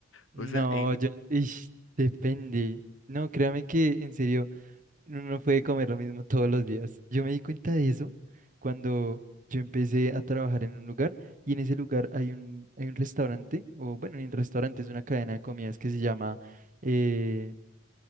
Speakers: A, on the right; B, on the left.
A: No,
B: O sea, en...
A: yo, ish, depende. No, créame que en serio, uno no puede comer lo mismo todos los días. Yo me di cuenta de eso cuando yo empecé a trabajar en un lugar y en ese lugar hay un, hay un restaurante, o bueno, ni un restaurante, es una cadena de comidas que se llama, eh,